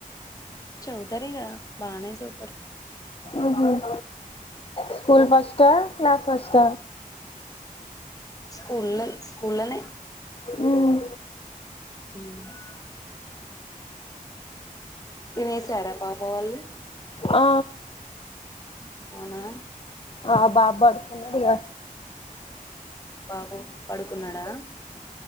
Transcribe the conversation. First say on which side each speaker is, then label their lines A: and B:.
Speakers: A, on the left; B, on the left.
A: చదువుతారిగా బానే చదువుతరు
B: ఆహా school first class first
A: school స్కూల్లనే
B: మ్మ్.
A: మ్ తినేసార పాప వాల్లు
B: ఆ
A: అవున
B: ఆ బాబ్ బడ్స్ ఉందిగా
A: బాబు పడుకున్నాడా